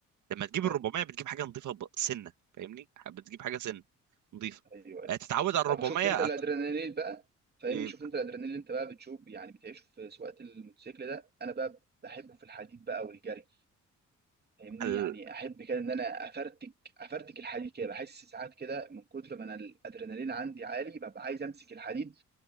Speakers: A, on the right; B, on the right.
A: لما تجيب
B: ايوه
A: ال 400 بتجيب حاجه نظيفه ب- سنه فاهمني بتجيب حاجه سنه نظيفه
B: ايوه
A: هتتعود على ال 400
B: اه شفت انت الادرينالين
A: هت-
B: بقى فاهمني
A: يبقى
B: شفت انت الادرينالين اللي انت بقى بتشوف يعني بتعيشه في سواقه الموتوسيكل ده انا بقى بحبه في الحديد بقى والجري فاهمني
A: ال-
B: يعني احب كده ان انا افرتك افرتك الحديد كده بحس ساعات كده من كتر ما انا الادرينالين عندي عالي ببقى عايز امسك الحديد